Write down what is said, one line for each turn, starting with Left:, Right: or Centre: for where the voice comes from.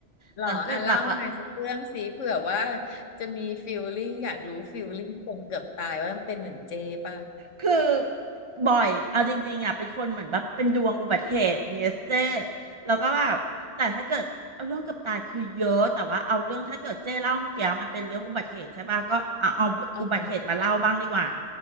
Left: หรออ่ะเล่ามาสักเรื่องสิเผื่อว่า
Right: แต่เกิดแบบ
Left: จะมีฟีลลิ่งอยากรู้ฟีลลิ่งคนเกือบตายว่ามันเป็นเหมือนเจป่ะ
Right: คือบ่อยเอาจริงๆอ่ะเป็นคนเหมือนแบบเป็นดวงอุบัติเหตุเนี่ยเจ้แล้วก็แบบแต่ถ้าเกิดเอาเรื่องเกือบตายคือเยอะแต่ว่าเอาเรื่องถ้าเกิดเจ้เล่าเมื่อกี้มันเป็นเรื่องอุบัติเหตุใช่ป่ะก็เอาเอาอุบัติเหตุมาเล่าบ้างดีกว่า
Left: อ๋อโห